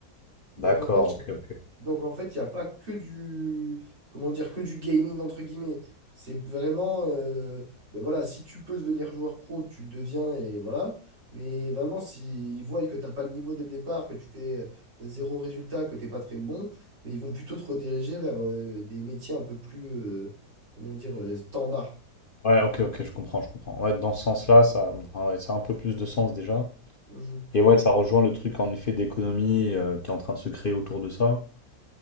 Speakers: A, on the right; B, on the left.
A: Donc
B: D'accord,
A: en fait,
B: ok, ok.
A: donc en fait, il n'y a pas que du, comment dire, que du gaming entre guillemets. C'est vraiment, euh, ben voilà, si tu peux devenir joueur pro, tu le deviens et voilà. Mais vraiment, s'ils voient que tu n'as pas le niveau dès le départ, que tu fais euh, zéro résultat, que tu n'es pas très bon, mais ils vont plutôt te rediriger vers euh, des métiers un peu plus, euh, comment dire, euh, standards.
B: Ouais, ok, ok, je comprends, je comprends. Ouais, dans ce sens-là, ça, enfin, ouais, ça a un peu plus de sens déjà.
A: Mhm.
B: Et ouais, ça rejoint le truc en effet d'économie euh, qui est en train de se créer autour de ça.